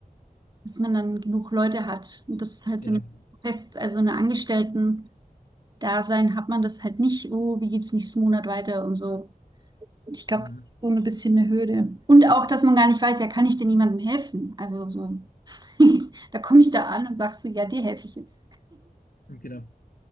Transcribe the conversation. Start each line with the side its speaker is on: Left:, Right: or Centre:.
Right: dass man dann genug Leute hat. Und das ist halt
Left: genau.
Right: so eine Fest, also eine Angestellten-Dasein hat man das halt nicht, oh, wie geht's nächsten Monat weiter und so. Und ich glaube,
Left: Mhm.
Right: das ist so ein bisschen eine Hürde. Und auch, dass man gar nicht weiß, ja, kann ich denn jemandem helfen? Also so, <laughs> da komme ich da an und sag so, ja, dir helfe ich jetzt.
Left: Genau.